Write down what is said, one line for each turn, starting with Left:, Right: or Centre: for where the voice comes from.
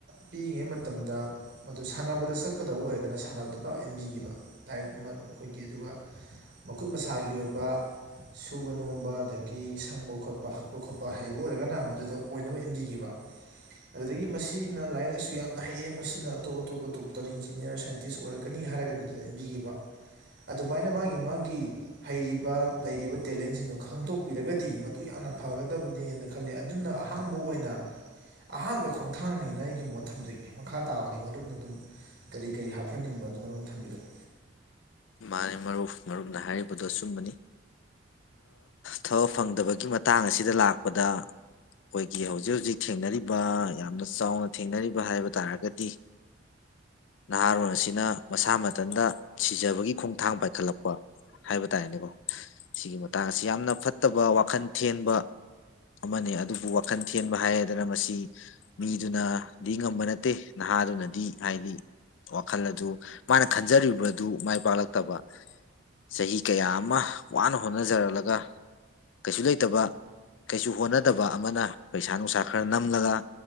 Right: ꯄꯤꯛꯏꯉꯩ ꯃꯇꯝꯗ ꯃꯗꯨ ꯁꯥꯟꯅꯕꯗ ꯆꯠꯀꯗꯕ ꯑꯣꯏꯔꯒꯅ ꯁꯥꯟꯅꯕꯗ ꯄꯥꯎ ꯏꯟꯕꯤꯈꯤꯕ ꯂꯥꯏꯛ ꯃꯈꯈꯣꯏꯒꯤ ꯑꯗꯨꯒ ꯃꯈꯨꯠ ꯃꯁꯥꯒꯤ ꯑꯣꯏꯕ ꯁꯨꯕ ꯅꯣꯝꯕ ꯑꯗꯒꯤ ꯀꯤ ꯁꯪꯕ ꯈꯣꯠꯄ ꯍꯛꯄ ꯈꯣꯠꯄ ꯍꯩꯕ ꯑꯣꯏꯔꯒꯅ ꯃꯗꯨꯗ ꯑꯣꯏꯅꯕ ꯏꯟꯕꯤꯈꯤꯕ ꯑꯗꯨꯗꯒꯤ ꯃꯁꯤꯅ ꯂꯥꯏꯔꯤꯛ ꯂꯥꯏꯁꯨ ꯌꯥꯝꯅ ꯍꯩꯌꯦ ꯃꯁꯤꯅ ꯑꯇꯣꯞ ꯑꯇꯣꯞꯄ ꯗꯣꯛꯇꯔ ꯏꯟꯖꯤꯅꯤꯌꯥꯔ ꯁꯥꯏꯟꯇꯤꯁ ꯑꯣꯏꯔꯛꯀꯅꯤ ꯍꯥꯏꯔꯒꯅ ꯑꯗꯨꯗ ꯏꯟꯕꯤꯈꯤꯕ ꯑꯗꯨꯃꯥꯏꯅ ꯃꯥꯒꯤ ꯃꯥꯒꯤ ꯍꯩꯔꯤꯕ ꯂꯩꯔꯤꯕ ꯇꯦꯂꯦꯟꯁꯤꯡꯗꯣ ꯈꯪꯇꯣꯛ ꯇꯥꯛꯄꯤꯔꯒꯗꯤ ꯃꯗꯨ ꯌꯥꯝꯅ ꯐꯒꯗꯕꯅꯦꯅ ꯈꯜꯂꯦ ꯑꯗꯨꯅ ꯑꯍꯥꯟꯕ ꯑꯣꯏꯅ ꯑꯍꯥꯟꯕ ꯈꯣꯡꯊꯥꯡꯅꯦꯅ ꯑꯩꯒꯤ ꯃꯣꯠ ꯊꯝꯖꯒꯦ ꯃꯈꯥ ꯇꯥꯕꯗꯤ ꯃꯔꯨꯞꯅ ꯑꯗꯨꯝ ꯀꯔꯤ ꯀꯔꯤ ꯍꯥꯞꯍꯟꯅꯤꯡꯕ ꯑꯗꯨ ꯃꯔꯨꯞꯅ ꯊꯝꯕꯤꯔꯛꯑꯣ
Left: ꯃꯥꯅꯦ ꯃꯔꯨꯞ ꯃꯔꯨꯞꯅ ꯍꯥꯏꯔꯤꯕꯗꯣꯁꯨꯝꯕꯅꯤ ꯊꯕꯛ ꯐꯪꯗꯕꯒꯤ ꯃꯇꯥꯡ ꯑꯁꯤꯗ ꯂꯥꯛꯄꯗ ꯑꯩꯈꯣꯏꯒꯤ ꯍꯧꯖꯤꯛ ꯍꯧꯖꯤꯛ ꯊꯦꯡꯅꯔꯤꯕ ꯌꯥꯝꯅ ꯆꯥꯎꯅ ꯊꯦꯡꯅꯔꯤꯕ ꯍꯥꯏꯕ ꯇꯥꯔꯒꯗꯤ ꯅꯍꯥꯔꯣꯟ ꯑꯁꯤꯅ ꯃꯁꯥ ꯃꯊꯟꯇ ꯄꯤꯖꯕꯒꯤ ꯈꯣꯡꯊꯥꯡ ꯄꯥꯏꯈꯠꯂꯛꯄ ꯍꯥꯏꯕ ꯇꯥꯔꯦꯅꯦꯀꯣ ꯁꯤꯒꯤ ꯃꯇꯥꯡꯁꯤ ꯌꯥꯝꯅ ꯐꯠꯇꯕ ꯋꯥꯈꯜ ꯊꯦꯟꯕ ꯑꯃꯅꯦ ꯑꯗꯨꯕꯨ ꯋꯥꯈꯜ ꯊꯦꯟꯕ ꯍꯥꯏꯗꯅ ꯃꯁꯤ ꯃꯤꯗꯨꯅꯗꯤ ꯉꯝꯕ ꯅꯠꯇꯦ ꯅꯍꯥꯗꯨꯅꯗꯤ ꯍꯥꯏꯗꯤ ꯋꯥꯈꯜ ꯑꯗꯨ ꯃꯥꯅ ꯈꯟꯖꯔꯤꯕ ꯑꯗꯨ ꯃꯥꯏ ꯄꯥꯛꯂꯛꯇꯕ ꯆꯍꯤ ꯀꯌꯥ ꯑꯃ ꯋꯥꯅ ꯍꯣꯠꯅꯖꯔꯛꯂꯒ ꯀꯩꯁꯨ ꯂꯩꯇꯕ ꯀꯩꯁꯨ ꯍꯣꯠꯅꯗꯕ ꯑꯃꯅ ꯄꯩꯁꯥ ꯅꯨꯡꯁꯥ ꯈꯔ ꯅꯝꯂꯒ